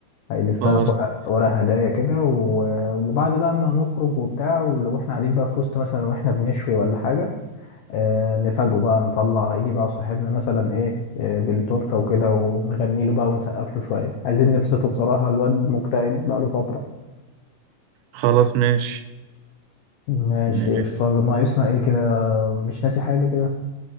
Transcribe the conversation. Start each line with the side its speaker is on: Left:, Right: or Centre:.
Left: هيلفها
Right: خلاص
Left: في ورق
Right: تمام
Left: ورق هدايا كده و- وبعد بقى ما نخرج وبتاع ولو احنا قاعدين بقى في وسط مثلا واحنا بنشوي ولا حاجة آه نفاجئه بقى نطلع يجي بقى صاحبنا مثلا ايه آه بالتورتة وكده ونغني له بقى ونسقف له شوية عايزين نبسطه بصراحة الواد مكتئب بقى له فترة
Right: خلاص ماشي
Left: ماشي
Right: ماشي
Left: قشطة ناقصنا ايه كده مش ناسي حاجة كده